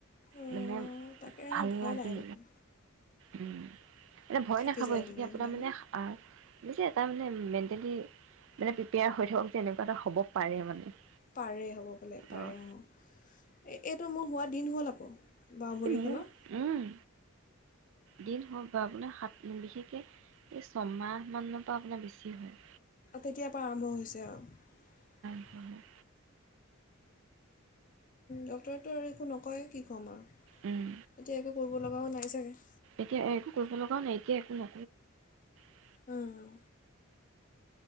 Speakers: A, on the left (about 40°); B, on the right (about 65°).
A: অঁ
B: মানে <unintelligible>
A: তাকে ভয় লাগে
B: মানে
A: দেখোন
B: উম। মানে ভয়
A: থাকি
B: নাখাব,
A: যায়
B: এইখিনি
A: বুলি
B: আপোনাৰ
A: এইবিলাক
B: মানে
A: ন
B: <unintelligible> এটা মানে মেণ্টেলি, মানে প্ৰিপেয়াৰ হৈ থাকক যে এনেকুৱা এটা হ'ব পাৰে মানে!
A: পাৰে হ'ব বোলে, পাৰে
B: অ'
A: অ'। এইটো মোৰ হোৱা দিন হ'ল আকৌ! বাওঁ ভৰিখনৰ
B: মোৰ, উম। দিন হওক বাৰু, আপোনাৰ হাত বিশেষকে এই ছমাহমানৰ পৰা আপোনাৰ বেছি হয়।
A: তেতিয়াৰ পৰা আৰম্ভ হৈছে আৰু।
B: উম।
A: ডক্তৰেতো আৰু একো নকয় কি ক'ম আৰু! এতিয়া
B: উম,
A: একো কৰিব লগাবও নাই চাগৈ।
B: এতিয়া একো কৰিব লগাও নাই, এতিয়া একো ন <unintelligible>
A: উম।